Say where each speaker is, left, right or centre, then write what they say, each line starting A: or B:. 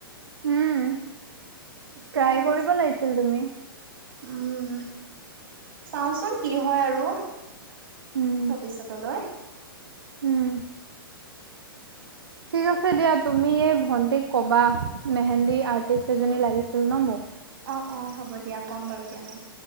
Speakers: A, on the right; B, on the right.
A: উম
B: অ এতিয়া
A: ট্ৰাই
B: লৈছে।
A: কৰিব লাগিছিল তুমি
B: উম চাওচোন কি হয় আৰু।
A: উম
B: ভৱিষ্যতলৈ।
A: উম। ঠিক আছে দিয়া তুমিয়ে ভন্টিক কবা। মেহেন্দী আৰ্টিষ্ট দুজনী লাগিছিল ন মোক।
B: অ'অ' হ'ব দিয়া ক'ম বাৰু দিয়া মই।